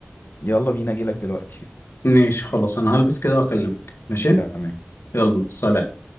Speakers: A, on the left; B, on the left.
A: يلا بينا اجيلك دلوقتي
B: ماشي خلاص انا هلبس كده واكلمك ماشي
A: تمام
B: يلا سلام